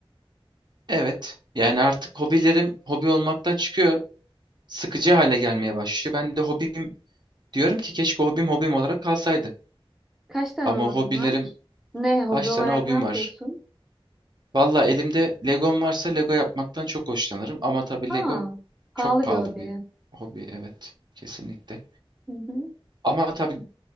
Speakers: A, on the right (about 50°); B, in the centre.
A: evet. Yani artık hobilerim hobi olmaktan çıkıyor, sıkıcı hale gelmeye başlıyor. Ben de hobim diyorum ki keşke hobim hobim olarak kalsaydı.
B: Kaç tane
A: Ama
B: hobin
A: hobilerim
B: var? Ne hobi
A: kaç
B: olarak
A: tane hobim
B: ne yapıyorsun?
A: var? Valla elimde Legom varsa Lego yapmaktan çok hoşlanırım. Ama tabii
B: Aa,
A: Lego
B: pahalı
A: çok pahalı
B: bir hobi.
A: bir hobi. Evet, kesinlikle.
B: Hı hı.
A: Ama tabii